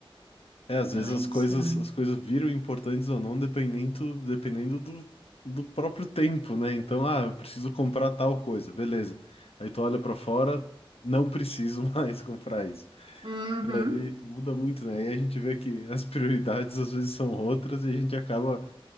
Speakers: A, on the left; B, on the right.
A: é, às
B: Então
A: vezes
B: é
A: as
B: isso,
A: coisas,
B: né?
A: as coisas viram importantes ou não, dependendo, dependendo do, do próprio tempo, né? Então, ah, eu preciso comprar tal coisa, beleza. Aí tu olha pra fora, não preciso <laughs> mais comprar isso.
B: Uhum,
A: E muda muito, né? E a gente vê que as prioridades às vezes são outras e a gente acaba